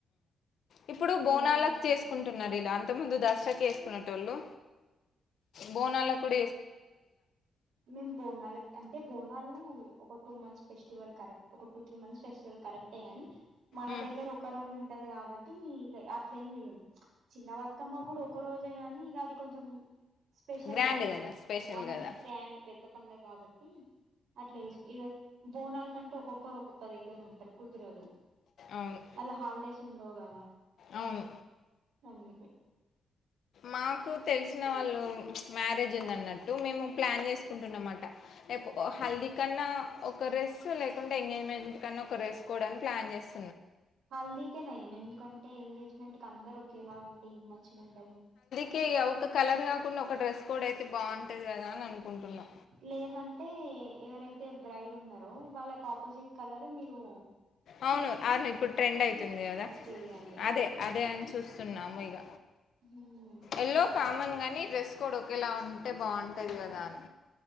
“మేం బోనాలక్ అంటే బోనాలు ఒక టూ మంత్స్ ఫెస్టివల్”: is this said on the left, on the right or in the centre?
Right